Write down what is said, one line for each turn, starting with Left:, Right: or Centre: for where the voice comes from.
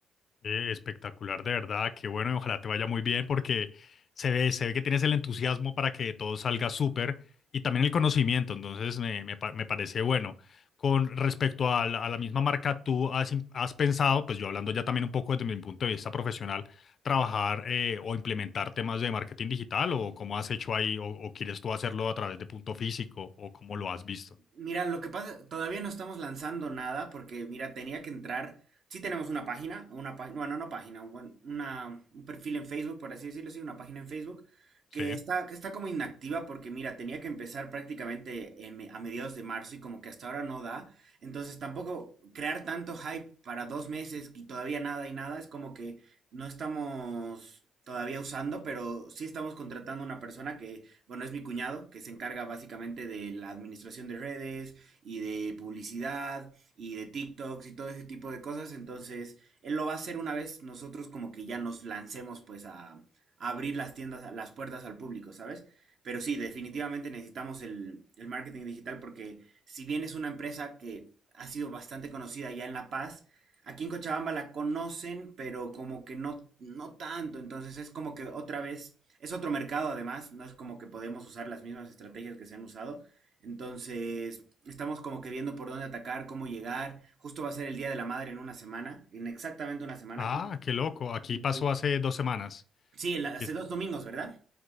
Left: Eh, espectacular, de verdad. Qué bueno, y ojalá te vaya muy bien porque se ve, se ve que tienes el entusiasmo para que todo salga súper y también el conocimiento. Entonces, me, me, pa- me parece bueno. Con respecto a la, a la misma marca, tú has, im- has pensado, pues yo hablando ya también un poco desde mi punto de vista profesional, trabajar eh, o implementar temas de marketing digital o cómo has hecho ahí o, o quieres tú hacerlo a través de punto físico o cómo lo has visto.
Right: Mira, lo que pasa, todavía no estamos lanzando nada porque, mira, tenía que entrar. Sí tenemos una página, una página, bueno, una página, un, buen- una, un perfil en Facebook, por así decirlo, sí, una página en Facebook
Left: Sí.
Right: que está, que está como inactiva porque, mira, tenía que empezar prácticamente en me- a mediados de marzo y como que hasta ahora no da. Entonces, tampoco crear tanto hype para dos meses y todavía nada y nada es como que no estamos todavía usando, pero sí estamos contratando una persona que bueno, es mi cuñado, que se encarga básicamente de la administración de redes y de publicidad y de TikToks y todo ese tipo de cosas. Entonces, él lo va a hacer una vez nosotros como que ya nos lancemos pues a, a abrir las tiendas, las puertas al público, ¿sabes? Pero sí, definitivamente necesitamos el, el marketing digital porque si bien es una empresa que ha sido bastante conocida ya en La Paz, aquí en Cochabamba la conocen, pero como que no, no tanto. Entonces es como que otra vez es otro mercado además, no es como que podemos usar las mismas estrategias que se han usado. Entonces, estamos como que viendo por dónde atacar, cómo llegar. Justo va a ser el Día de la Madre en una semana, en exactamente una semana
Left: Ah,
Right: aquí.
Left: qué loco. Aquí
Right: Entonces,
Left: pasó hace dos semanas.
Right: sí, en la-
Left: Aquí
Right: hace
Left: está.
Right: dos domingos, ¿verdad?